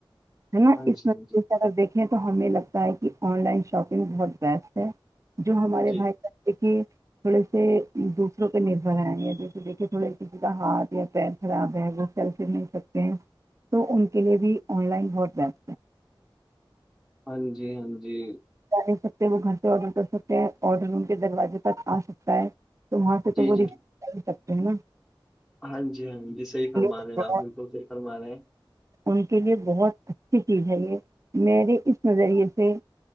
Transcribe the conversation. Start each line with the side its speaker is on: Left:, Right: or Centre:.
Right: ہے نا
Centre: ہاں
Right: اس
Centre: جی
Right: نظریے
Centre: ہاں جی
Right: سے اگر
Centre: ہاں
Right: دیکھیں تو ہمیں لگتا ہے کہ آن لائن شاپنگ بہت بیسٹ ہے جو ہمارے
Centre: جی جی
Right: بھائی کا ایک تھوڑے سے دوسروں پہ نربر آئے یا جیسے دیکھیے تھوڑے کگ کا ہاتھ یا پیر خراب ہے وہ سلف نہیں سکتے ہیں تو ان کے لیے بھی آن لائن بہ بس
Centre: ہاں جی ہاں جی
Right: جا نہیں سکتے وہ گھر سے آرڈر کر سکتے ہیں آرڈر ان کے دروازے پرک آ سکتا ہے تو وہاں سے
Centre: جی
Right: تو ب
Centre: جی
Right: سکتے ہیں نا
Centre: ہاں جی ہاں جی صحی فرما
Right: اس کے
Centre: رہے
Right: لیے
Centre: ہیں
Right: بہت
Centre: آپ بالکل صحی فرما رہے ہیں
Right: ان کے لیے بہت اچھی چیز ہے یہ میرے اس نظریے سے